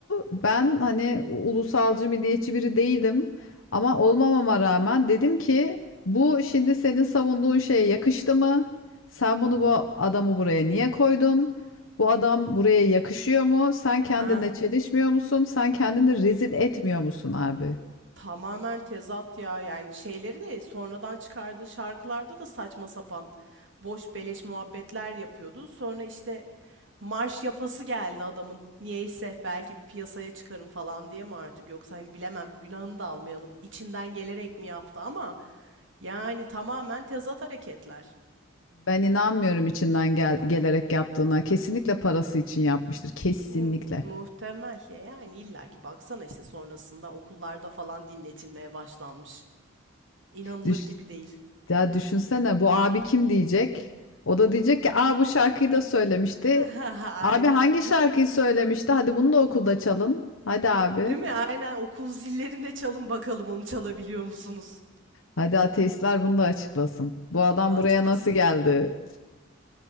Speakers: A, on the left; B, on the right.
A: ben hani u- ulusalcı milliyetçi biri değilim ama olmamama rağmen dedim ki bu şimdi senin savunduğun şeye yakıştı mı? Sen bunu bu adamı buraya niye koydun? Bu adam buraya yakışıyor mu? Sen kendinle
B: Ha,
A: çelişmiyor musun? Sen kendini rezil etmiyor musun abi?
B: tamamen tezat ya. Yani şeyleri de sonradan çıkardığı şarkılarda da saçma sapan boş beleş muhabbetler yapıyordu. Sonra işte marş yapası geldi adamın. Niyeyse belki bir piyasaya çıkarım falan diye mi artık yoksa hani bilemem günahını da almayalım. İçinden gelerek mi yaptı ama yani tamamen tezat hareketler.
A: Ben inanmıyorum içinden gel gelerek yaptığına. Kesinlikle parası için yapmıştır. Kesinlikle.
B: Hmm, muhtemel ya yani illaki baksana işte sonrasında okullarda falan dinletilmeye başlanmış. İnanılır
A: Düş
B: gibi değil.
A: ya düşünsene bu abi kim diyecek? O da diyecek ki aa bu şarkıyı da söylemişti.
B: <laughs> Aynen.
A: Abi hangi şarkıyı söylemişti? Hadi bunu da okulda çalın. Hadi abi.
B: Değil mi? Aynen okul zillerinde çalın bakalım onu çalabiliyor musunuz?
A: Hadi ateistler bunu da açıklasın. Bu adam
B: Bunu da açıklasın.
A: buraya nasıl geldi?